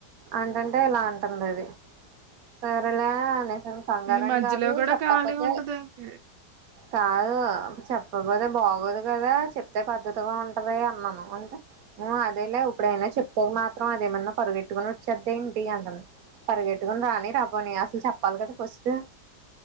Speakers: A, on the right; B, on the right.
A: అంటంటే ఇలా అంటుంది అది సరేలే అనే అ కంగారు
B: ఈ
A: అని
B: మధ్యలో
A: కాదు
B: గూడా
A: చెప్పకపోతే
B: ఖాళీ ఉండదు.
A: కాదు చెప్పపోతే బాగోదు కదా చెప్తే పద్దతిగా ఉంటది అన్నాను అంటే నువ్ అదేలే ఇప్పుడైనా చెప్పుక మాత్రం అదేమన్నా పరుగెట్టుకుని వచ్చేద్ది అంటాంది పరిగెట్టుకుని రాని రాపోని అసలు చెప్పాలి కదా ఫస్ట్